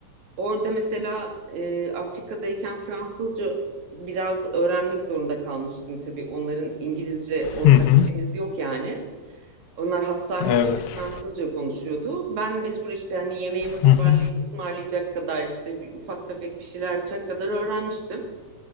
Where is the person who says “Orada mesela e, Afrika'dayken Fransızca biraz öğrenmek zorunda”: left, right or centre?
Right